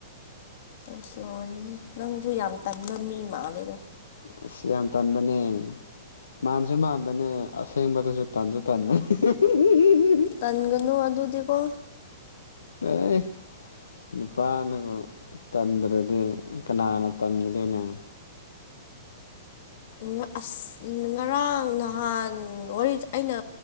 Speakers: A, on the left (about 50°); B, on the left (about 70°).
A: ꯑꯁ ꯂꯣꯔꯦꯍꯦ ꯅꯪꯁꯨ ꯌꯥꯝ ꯇꯟꯕ ꯃꯤ ꯃꯥꯜꯂꯦꯗ
B: ꯑꯁ ꯌꯥꯝ ꯇꯟꯕꯅꯦ ꯃꯥꯟꯁꯨ ꯃꯥꯟꯕꯅꯦ ꯑꯁꯦꯡꯕꯗꯁꯨ ꯇꯟꯁꯨ ꯇꯟꯕ <unintelligible>
A: ꯇꯟꯒꯅꯨ ꯑꯗꯨꯗꯤꯀꯣ
B: ꯑꯦ ꯅꯨꯄꯥꯅꯕꯨ ꯇꯟꯗ꯭ꯔꯗꯤ ꯀꯅꯥꯅ ꯇꯟꯒꯗꯨꯏꯅꯣ
A: ꯑꯣ ꯑꯁ ꯉꯔꯥꯡ ꯅꯍꯥꯟ ꯋꯥꯔꯤ ꯑꯩꯅ